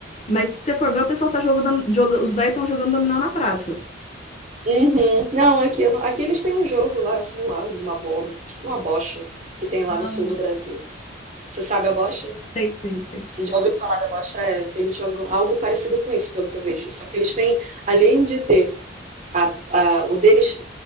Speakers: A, on the left; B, on the right.
A: Mas se você for ver, o pessoal tá jogando, joga, os velhos estão jogando dominó na praça.
B: Uhum. Não, aqui, eu não- aqui eles têm um jogo lá, sei lá, de uma bola, tipo uma bocha, que tem lá
A: Ah,
B: no sul do Brasil. Você sabe a bocha?
A: Sei, sei, sei.
B: Você já ouviu falar da bocha? É, que eles jogam algo parecido com isso, pelo que eu vejo. Só que eles têm, além de ter a, a- o deles,